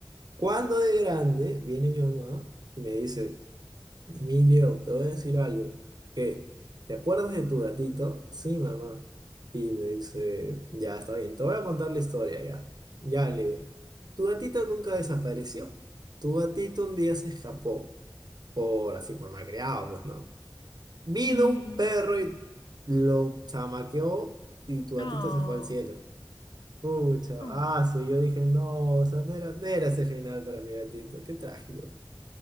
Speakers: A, on the right; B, on the left.
A: Cuando de grande viene mi mamá y me dice, Emilio, te voy a decir algo. ¿Qué? ¿Te acuerdas de tu gatito? Sí, mamá. Y me dice, ya está bien, te voy a contar la historia ya. Ya le digo, tu gatito nunca desapareció. Tu gatito un día se escapó, por así, por malcriado, pues no. Vino
B: Mm,
A: un perro y lo chamaqueó y tu gatito
B: oh,
A: se fue al cielo. Pucha,
B: oh.
A: ah, sí, yo dije, no, o sea, no era, no era ese final para mi gatito, qué trágico.